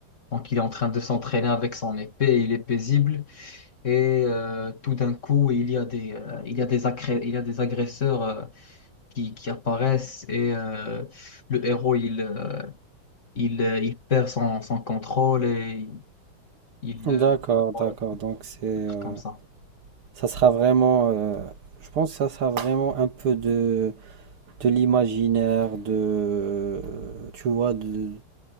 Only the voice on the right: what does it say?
D'accord,
d'accord. Donc c'est euh,
ça sera vraiment euh, je pense que ça sera vraiment un peu de de l'imaginaire, de, tu vois, de,